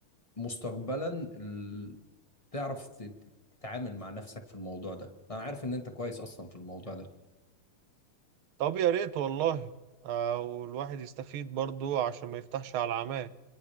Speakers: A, on the left; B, on the right.
A: مستقبلا ال- تعرف تت- تتعامل مع نفسك في الموضوع ده انا عارف ان انت كويس اصلا في الموضوع ده
B: طب يا ريت والله آه، والواحد يستفيد برضو عشان ما يفتحش على العماه